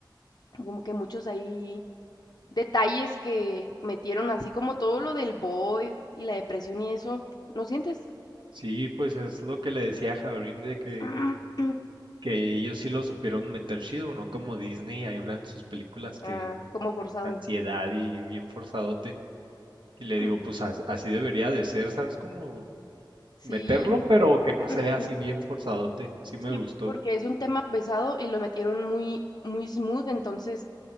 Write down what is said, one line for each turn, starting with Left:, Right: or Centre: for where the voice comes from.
Left: como que muchos ahí detalles que metieron así como todo lo del boy y la depresión y eso. ¿No sientes?
Right: sí, pues es lo que le decía a Jabrim de que,
Left: <clears throat>
Right: que ellos sí lo supieron meter chido, no como Disney ahora en sus películas que
Left: Ah, como forzado.
Right: ansiedad y bien forzadote. Y le digo,
Left: Ujú.
Right: pues as- así debería de ser, ¿sabes? Como
Left: Sí,
Right: meterlo, pero que no
Left: <clears throat>
Right: se vea así bien forzadote. Sí me
Left: sí,
Right: gustó.
Left: porque es un tema pesado y lo metieron muy, muy smooth, entonces,